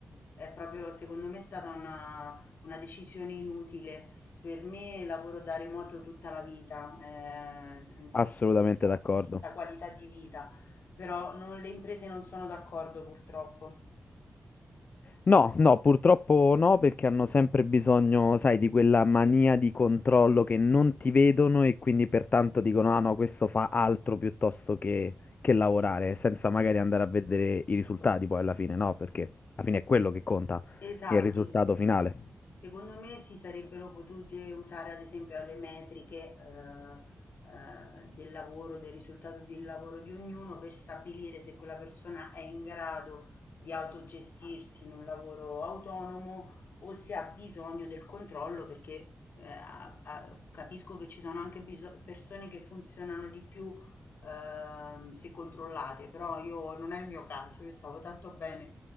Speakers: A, on the left; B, on the left.
A: è proprio, secondo me, è stata una, una decisione inutile. Per me lavoro da remoto tutta la vita, eh, si,
B: Assolutamente
A: proprio si acquista
B: d'accordo.
A: qualità di vita, però non- le imprese non sono d'accordo purtroppo.
B: No, no, purtroppo no, perché hanno sempre bisogno, sai, di quella mania di controllo che non ti vedono e quindi pertanto dicono, ah no, questo fa altro piuttosto che, che lavorare, senza magari andare a vedere i risultati poi alla fine, no, perché alla fine è quello che conta,
A: Esatto.
B: il risultato finale.
A: Secondo me si sarebbero potute usare ad esempio alle metriche, ehm, ehm, del lavoro, del risultato del lavoro di ognuno per stabilire se quella persona è in grado di autogestirsi in un lavoro autonomo o se ha bisogno del controllo perché eh, a- a- capisco che ci sono anche biso- persone che funzionano di più ehm, se controllate, però io non è il mio caso, io stavo tanto bene